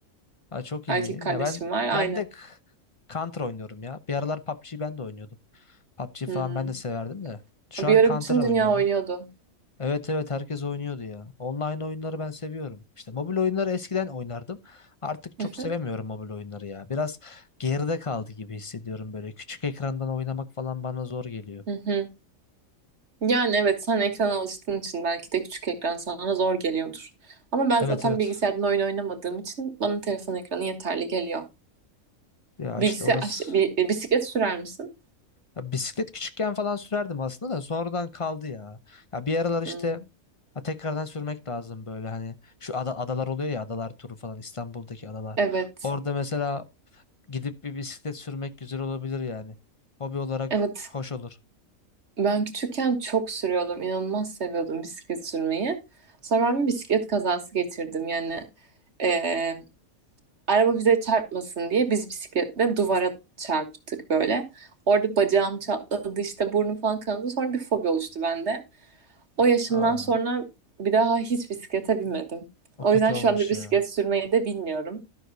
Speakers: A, on the left (about 30°); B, on the right (about 55°).
A: Aa, çok
B: Erkek
A: iyi.
B: kardeşim
A: Ya ben
B: var, aynen.
A: ben de k- Counter oynuyorum ya. Bir aralar PUBG ben de oynuyordum. PUBG falan
B: Hmm.
A: ben de severdim de. Şu
B: Bir
A: an
B: ara
A: Counter
B: bütün
A: oynuyorum.
B: dünya oynuyordu.
A: Evet evet herkes oynuyordu ya. Online oyunları ben seviyorum. İşte mobil oyunları eskiden oynardım. Artık
B: Hı
A: çok
B: hı,
A: sevemiyorum mobil oyunları ya. Biraz geride kaldı gibi hissediyorum böyle. Küçük ekrandan oynamak falan bana zor geliyor.
B: hı hı. Yani evet sen ekrana alıştığın için belki de küçük ekran sana zor geliyordur. Ama ben
A: Evet
B: zaten
A: evet.
B: bilgisayardan oyun oynamadığım için bana telefon ekranı yeterli geliyor.
A: Ya
B: Bilgisayar
A: işte orası
B: aş- bi- e, bisiklet sürer misin?
A: Ya bisiklet küçükken falan sürerdim aslında da sonradan kaldı ya. Ya bir aralar işte
B: Hmm,
A: ha tekrardan sürmek lazım böyle hani şu ada, adalar oluyor ya adalar turu falan İstanbul'daki adalar.
B: Evet.
A: Orada mesela gidip bir bisiklet sürmek güzel olabilir yani. Hobi olarak
B: Evet.
A: hoş olur.
B: Ben küçükken çok sürüyordum. İnanılmaz seviyordum bisiklet sürmeyi. Sonra ben bir bisiklet kazası geçirdim. Yani e, araba bize çarpmasın diye biz bisikletle duvara çarptık böyle. Orada bacağım çatladı işte burnum falan kanadı. Sonra bir fobi oluştu bende. O yaşımdan
A: Aa,
B: sonra bir daha hiç bisiklete binmedim.
A: o
B: O
A: kötü
B: yüzden şu
A: olmuş
B: anda bisiklet
A: ya.
B: sürmeyi de bilmiyorum.